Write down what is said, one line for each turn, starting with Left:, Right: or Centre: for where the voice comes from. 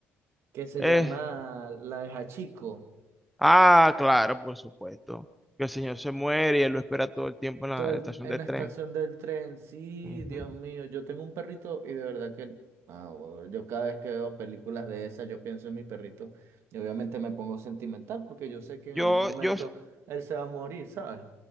Right: que se
Centre: Eh,
Right: llama La de Hachiko.
Centre: ah, claro, por supuesto. Que el señor se muere y él lo espera todo el tiempo en la
Right: Todo el-
Centre: estación
Right: en
Centre: de
Right: la
Centre: tren.
Right: estación del tren. Sí,
Centre: Ujú.
Right: Dios mío, yo tengo un perrito y de verdad que ah, huevón, yo cada vez que veo películas de esas, yo pienso en mi perrito y obviamente me pongo sentimental porque yo sé que en
Centre: Yo,
Right: algún momento
Centre: yo, s-
Right: él se va a morir, ¿sabes?